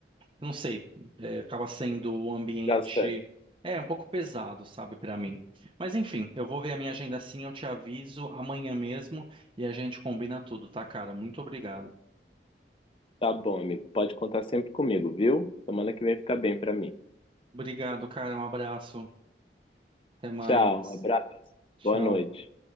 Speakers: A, on the right; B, on the left.
A: não sei, é, acaba sendo um ambiente,
B: gastante.
A: é, um pouco pesado, sabe, para mim. Mas enfim, eu vou ver a minha agenda assim, eu te aviso amanhã mesmo e a gente combina tudo, tá, cara? Muito obrigado.
B: Tá bom, amigo, pode contar sempre comigo, viu? Semana que vem fica bem pra mim.
A: Obrigado, cara. Um abraço. Até mais.
B: Tchau, abraço,
A: Tchau.
B: boa noite.